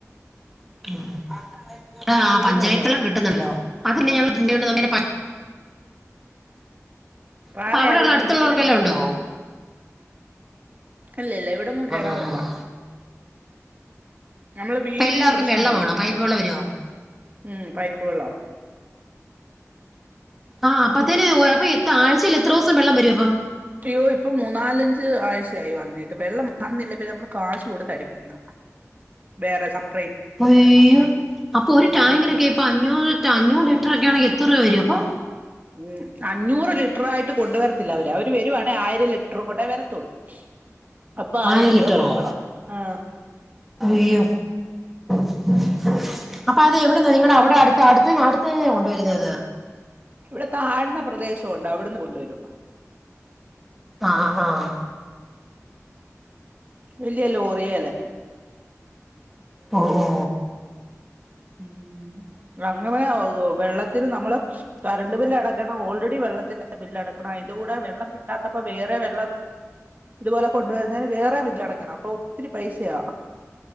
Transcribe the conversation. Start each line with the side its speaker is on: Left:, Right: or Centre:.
Centre: <inaudible> ആ
Right: കുലുങ്ങും
Centre: പഞ്ചായത്ത്ള്ളം
Right: അപ്പം
Centre: കിട്ടുന്നല്ലോ അതന്നെഞങ്ങള് <unintelligible>
Right: പാറയായതുകൊണ്ട്
Centre: അപ്പൊഅവിടെള്ള അടുത്തുള്ളവർക്കെല്ലാണ്ടോ?
Right: വീടിന് കുഴപ്പമാ ഇല്ല്യഇല്ല്യ ഇവിടൊന്നുംകെണാറില്ല
Centre: ആ ആ
Right: നമ്മള് വീടിന്പ്രശ്നംവരും
Centre: അപ്പൊ എല്ലാവർക്കും വെള്ളമാണോ പൈപ്പ് വെള്ളം വരുവോ
Right: ഉം പൈപ്പ് വെള്ളോ
Centre: ആഹഅപ്പ്ത്ത്ന് അപ്പൊ എ ആഴ്ചയി ലെത്രൊസ്സം വെള്ളംവരുംപ്പൊ?
Right: അയ്യോ ഇപ്പംമൂന്നാലഞ്ച് ആഴ്ചയായിവന്നിട്ട് വെള്ളംവന്നില്ലപ്പെ പിന്നെമ്മള് കാശ്കൊടുത്ത്അടിപ്പിക്കണം <unintelligible>
Centre: അയ്യോ അപ്പൊരു
Right: ഉം
Centre: ടാങ്കിനൊക്കെ ഇപ്പൊഅഞ്ഞൂറ്റ് അഞ്ഞൂറ്ലിറ്ററൊക്കെ ആ അത്രവരോ അപ്പോ
Right: ഉം അഞ്ഞൂറ്ലി ലിറ്ററായിട്ട്കൊണ്ടുവരത്തില്ലവര് അവര്വരുവാണെആയിരംലിറ്ററും കൊണ്ടെവരത്തുള്ളൂ അപ്പൊആയിര
Centre: ആയിരം ലിറ്ററോ
Right: രൂപ കൊടുക്കണം ആഹ
Centre: അയ്യോ <inaudible> അപ്പൊഅത് എവിടെന്നനിങ്ങ്ടെ അവിടെ അടുത്ത് അടുത്തഅടുത്തന്നെയാണ് കൊണ്ടുവരുന്നത്
Right: ഇവിടെ താഴ്ന്നപ്രദേശോണ്ട് അവിടുന്ന്കൊണ്ടുവരും
Centre: ആഹ് ആഹ്
Right: വലിയ ലോറിയെല്ല്
Centre: ഓ ഓ
Right: ഉം <unintelligible> വെള്ളത്തിന്നമ്മള് കറണ്ട്ബില്ല്അടക്കണം ഓൾറെഡി വെള്ളത്തിന്റെബില്ല് അടക്കണം അയിന്റെകൂടെ വെള്ളംകിട്ടാത്ത വേറെവെള്ളം ഇതുപോലെ കൊണ്ടുവര്ന്നതിന് വേറെബില്ലടക്കണം അപ്പൊഒത്തിരി പൈസയാ